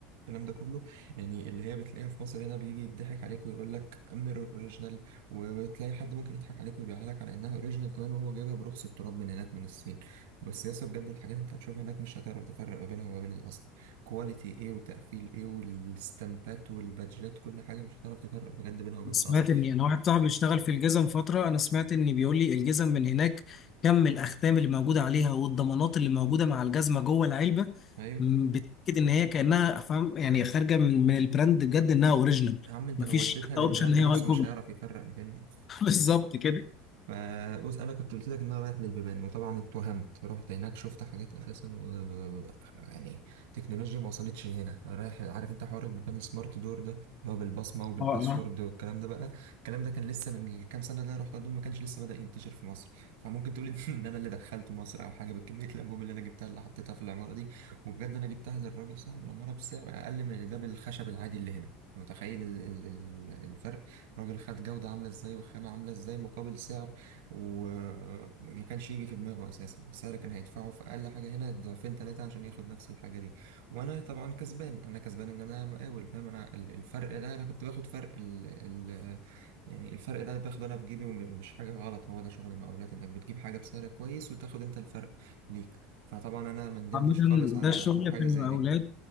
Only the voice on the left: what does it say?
سمعت
ان انا واحد صاحبي بيشتغل في الجزم فتره انا سمعت ان بيقول لي الجزم من هناك كم الاختام اللي موجوده عليها والضمانات اللي موجوده مع الجزمه جوه العلبه
م، بتاكد ان هي كانها فاهم يعني خارجه من من البراند بجد انها اوريجينال
مفيش
حتى
اوبشن ان هي
هاي كوبي
<laughs> بالظبط كده
اه
عامة
ده الشغل
في المقاولات